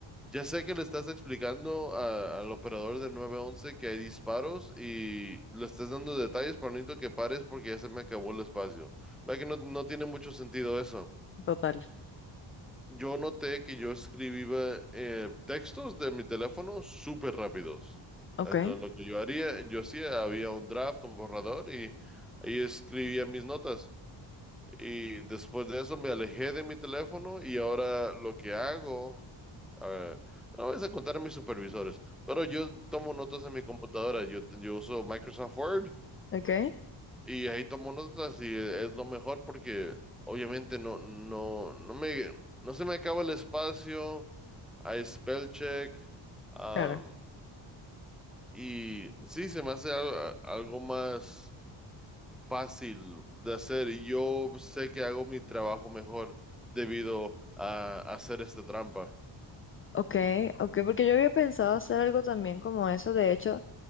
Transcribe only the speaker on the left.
total.
Ok.
Ok.
Claro.
Ok, ok, porque yo había pensado hacer algo también como eso. De hecho,